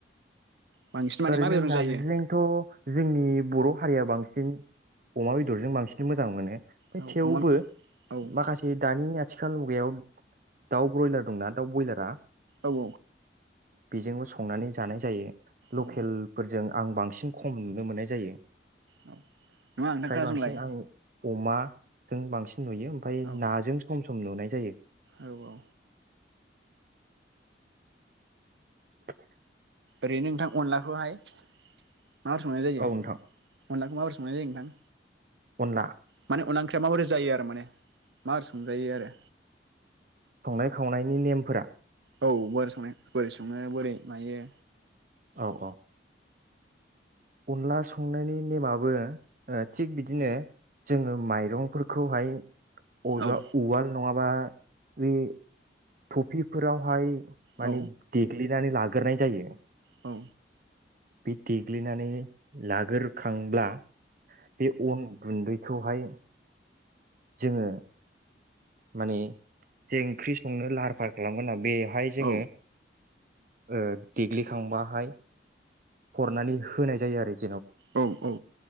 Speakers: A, on the right; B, on the right.
A: बांसिन माने
B: ओरैनो
A: मा बेदरजों
B: नारजिजोंथ'
A: जायो
B: जोंनि बर' हारिया बांसिन अमा बेदरजों बांसिन मोजां मोनो। ओमफ्राय
A: औ
B: थेवबो
A: अमा औ
B: माखासे दानिया आथिखाल मुगायाव दाउ ब्रयलार दंना दाउ बयलारा
A: औ औ
B: बेजोंबो संनानै जानाय जायो। लकेलफोरजों
A: औ
B: आं बांसिन खम नुनो मोननाय जायो।
A: औ नङा नोंथां
B: फ्राय
A: खोनासंलाय
B: बांसिन आं अमा जों बांसिन नुयो ओमफ्राय
A: औ
B: नाजों सम सम सम नुनाय जायो।
A: औ औ
B: <inaudible>
A: ओरैनो नोंथां अनलाखौहाय माबोरै संनाय जायो?
B: औ नोंथां
A: अनलाखौ माबोरै संनाय जायो नोंथां?
B: अनला
A: माने अनला ओंख्रिया माबोरै जायो आरो माने माबोरै संजायो आरो
B: संनाय खावनायनि नेमफोरा
A: औ बोरै संनाय बोरै सङो बोरै मायो
B: औ औ अनला संनायनि नेमाबो ओ थिग बिदिनो जोङो माइरंफोरखौहाय अबेबा
A: औ
B: उवाल नङाबा बे टफिफोरावहाय माने
A: औ
B: देग्लिनानै ला गोरनाय जायो।
A: औ
B: बे देग्लिनानै लागोरखांब्ला बे अन गुन्दै खौहाय जोङो मानि जे ओंख्रि संनो लाहार फाहार खालामगोना बेवहाय जोङो
A: औ
B: ओ देग्लिखांबाहाय हरनानै होनाय जायो आरोखि
A: औ औ